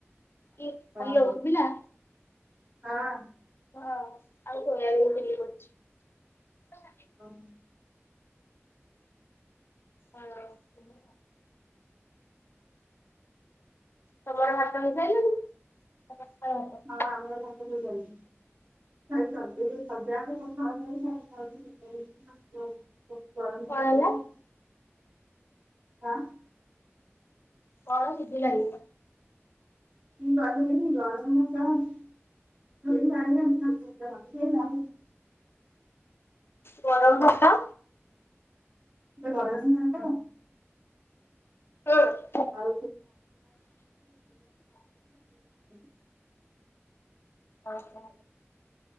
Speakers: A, on the left; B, on the right.
A: କି ହ୍ୟାଲୋ
B: ହଁ
A: ଶୁଭିଲା?
B: ହଁ।
A: ହଁ ଆଉ ସୋୟାବିନି ଚିଲ୍ଲି କରଛି।
B: ହଁ।
A: ହାଲୋ <unintelligible> ତମର ଭାତ ହେଇ ସାଇଲାଣି <unintelligible>
B: ହଁ ଆମର ଭାତ <unintelligible> <unintelligible> <unintelligible>
A: କଣ ହେଲା?
B: ହଁ।
A: କଣ ଶୁଭିଲାନି?
B: <unintelligible>
A: ଗରମ ଭାତ
B: ଦେ ଗରମ ଭାତ
A: ହଁ।
B: ଆଉ <unintelligible>
A: ଓହୋ।